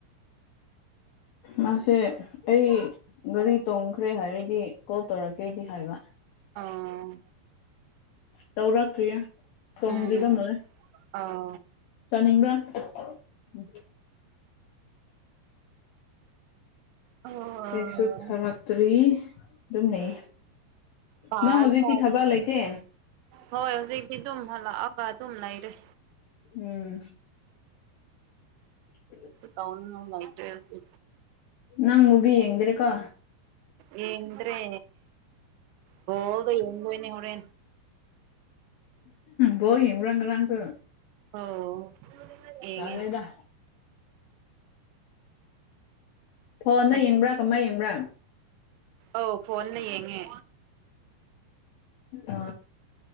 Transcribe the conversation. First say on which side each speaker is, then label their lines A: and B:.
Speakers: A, on the left; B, on the right.
A: ꯃꯥꯁꯦ ꯑꯩ ꯒꯥꯔꯤ ꯇꯣꯡꯈ꯭ꯔꯦ ꯍꯥꯏꯔꯗꯤ ꯀꯣꯜ ꯇꯧꯔꯛꯀꯦꯗꯤ ꯍꯥꯏꯕ
B: ꯑꯥ
A: ꯇꯧꯔꯛꯇ꯭ꯔꯤꯌꯦ ꯇꯣꯡꯗ꯭ꯔꯤꯕ
B: ꯎꯝ
A: ꯃꯥ
B: ꯑꯣ
A: ꯆꯥꯅꯤꯡꯕ꯭ꯔꯥ ꯎ
B: ꯑꯣ
A: ꯀꯩꯁꯨ ꯊꯥꯔꯛꯇ꯭ꯔꯤ ꯑꯗꯨꯝ ꯂꯩ
B: ꯄꯥꯁ
A: ꯅꯪ ꯍꯧꯖꯤꯛꯇꯤ
B: ꯇꯧꯔꯒ
A: ꯊꯕꯛ ꯂꯩꯇꯦ
B: ꯍꯣꯏ ꯍꯧꯖꯤꯛꯇꯤ ꯑꯗꯨꯝ ꯍꯂꯛꯑꯒ ꯑꯗꯨꯝ ꯂꯩꯔꯦ
A: ꯎꯝ <inaudible>
B: ꯇꯧ ꯅꯥ ꯉꯥꯏ ꯂꯏꯇ꯭ꯔꯇ
A: ꯅꯪ ꯃꯨꯕꯤ ꯌꯦꯡꯗꯔꯦꯀꯣ
B: ꯌꯦꯉꯗ꯭ꯔꯦ ꯍꯣꯜꯗ ꯌꯦꯣꯏꯅꯤ ꯍꯣꯔꯦ
A: ꯕꯣꯜ ꯌꯦꯡꯕꯔꯥ ꯉꯔꯪꯁꯨ
B: ꯑꯣ ꯌꯦꯡ
A: ꯇꯜꯂꯦꯗ
B: ꯉꯦ꯫
A: ꯐꯣꯟꯗ
B: ꯁ
A: ꯌꯦꯡꯕ꯭ꯔꯥ ꯀꯃꯥꯏ ꯌꯦꯡꯕ꯭ꯔꯥ
B: ꯑꯣ ꯐꯅ ꯌꯦꯡꯉꯦ
A: ꯑ